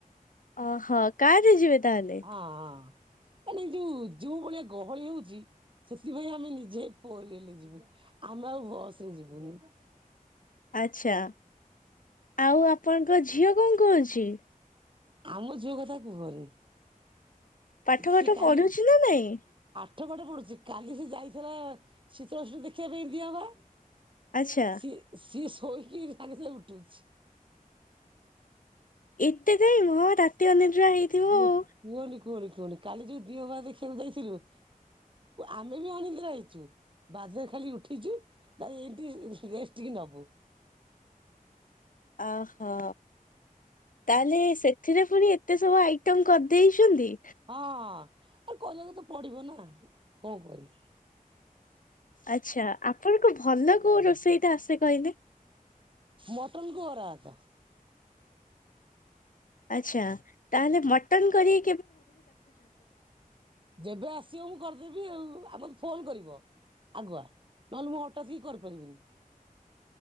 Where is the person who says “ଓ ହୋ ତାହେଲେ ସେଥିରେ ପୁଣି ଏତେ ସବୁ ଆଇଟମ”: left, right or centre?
Left